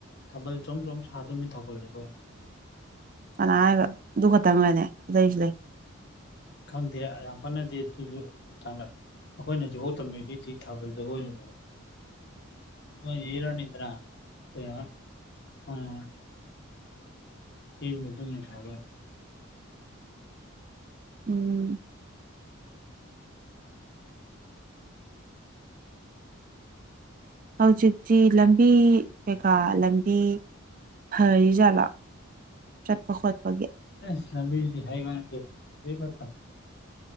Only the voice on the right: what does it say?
ꯀꯅꯥ ꯍꯥꯏꯕ ꯑꯗꯨ ꯈꯛꯇꯪꯔꯅꯦ ꯑꯗꯇꯩꯖꯨ ꯂꯩ
ꯎꯝ ꯍꯧꯖꯤꯛꯇꯤ ꯂꯝꯕꯤ ꯀꯩꯀꯥ ꯂꯝꯕꯤ ꯐꯔꯤꯖꯥꯠꯂꯥ ꯆꯠꯄ ꯈꫭꯠꯄꯒꯤ